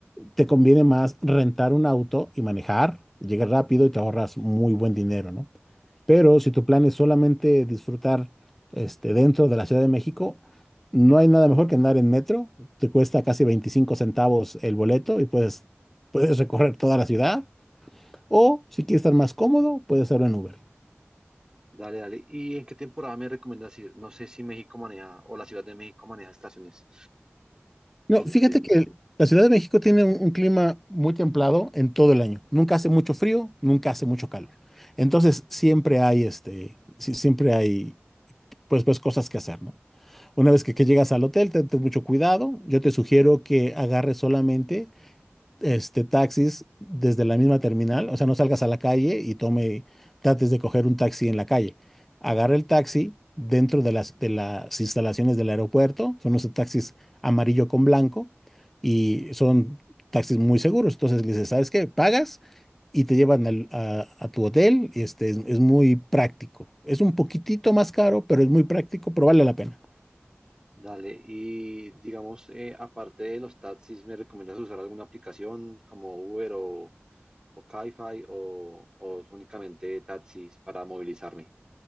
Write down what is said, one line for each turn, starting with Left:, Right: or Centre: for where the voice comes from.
Centre: te conviene más rentar un auto y manejar, y llegas rápido y te ahorras muy buen dinero, ¿no? Pero si tu plan es solamente disfrutar este, dentro de la Ciudad de México, no hay nada mejor que andar en metro, te cuesta casi 25 centavos el boleto y puedes, puedes recorrer toda la ciudad, o si quieres estar más cómodo, puedes hacerlo en Uber.
Right: Dale, dale. ¿Y en qué temporada me recomiendas ir? No sé si México maneja o la Ciudad de México maneja estaciones.
Centre: No,
Right: Que-
Centre: fíjate
Right: de-
Centre: que el- la Ciudad de México tiene un, un clima muy templado en todo el año, nunca hace mucho frío, nunca hace mucho calor. Entonces siempre hay este, sí, siempre hay pues ves cosas que hacer, ¿no? Una vez que, que llegas al hotel, ten, ten mucho cuidado. Yo te sugiero que agarres solamente este, taxis desde la misma terminal, o sea, no salgas a la calle y tome, trates de coger un taxi en la calle. Agarra el taxi dentro de las, de las instalaciones del aeropuerto, son unos taxis amarillo con blanco y son taxis muy seguros. Entonces le dices, ¿sabes qué? Pagas y te llevan al- a, a tu hotel y este, es, es muy práctico. Es un poquitito más caro, pero es muy práctico, pero vale la pena.
Right: dale. Y digamos, eh, aparte de los taxis, ¿me recomiendas usar alguna aplicación como Uber o, o Cabify o, o únicamente taxis para movilizarme?